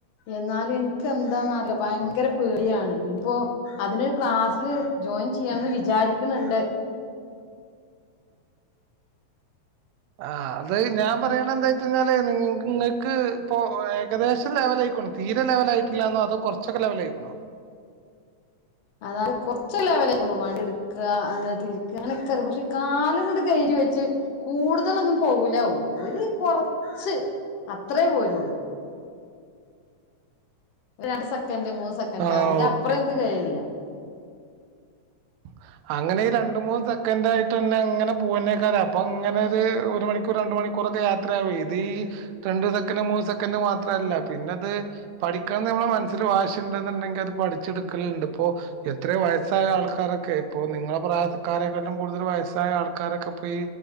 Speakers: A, on the left; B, on the right.
A: എന്നാലും എനിക്ക് എന്താന്നറില്ല ഭയങ്കര പേടിയാണ് ഇനിപ്പോ അതിനൊരു ക്ലാസ്സില് ജോയിൻ ചെയ്യാന്ന് വിചാരിക്കണ് ഇണ്ട്
B: ആഹ് അത് ഞാൻ പറയണ് എന്താച്ചഴിഞ്ഞാല് നി നിങ്ങക്ക് ഇപ്പോ ഏകദേശം ലെവലായികൊണ്ട് തീരെ ലെവലായിട്ടില്ലന്നോ അതൊ കൊറച്ചൊക്കെ ലെവലായിക്ക്ണോ
A: അതായത് കൊറച്ച് ലെവലായിക്ക്ണു വണ്ടിയെട്ക്ക അങ്ങനെ തിരിക്ക അങ്ങനെക്കറിയാ പക്ഷെ കാല്ങ്ങ്ട് കേറ്റി വെച്ച് കൂടുതലൊന്നും പോകൂല ഒരു കൊറച്ച് അത്രേ പോരുള്ളൂ ഒരു രണ്ട് സെക്കന്റ് മൂന്ന് സെക്കന്റ്
B: ആഹ്
A: അതിന്റെ
B: ഓക്കെ
A: അപ്പുറെ എനിക്ക് കഴില്ല
B: മ് അങ്ങനെ ഈ രണ്ട് മൂന്ന് സെക്കന്റായിട്ടെന്ന അങ്ങനെ പോകുന്നായിക്കാരം അപ്പൊ അങ്ങനൊര് ഒരുമണിക്കൂറ് രണ്ട് മണി ക്കൂറൊക്കെ യാത്രയാവെ ഇതീ രണ്ട് സെക്കന്റ് മൂന്ന് സെക്കന്റ് മാത്രല്ല പിന്നത് പഠിക്കണം എന്ന്ള്ള മനസ്സില് വാശിയ്ണ്ട്ന്ന്ണ്ടെങ്കി അത് പഠിച്ചെട്ക്കല്ണ്ട് ഇപ്പൊ എത്രയോ വയസ്സായ ആൾ ക്കാരൊക്കെ ഇപ്പൊ നിങ്ങളെ പ്രായക്കാരെക്കാട്ടിലും കൂടുതൽ വയസ്സായ ആൾക്കാരൊക്ക്പ്പീ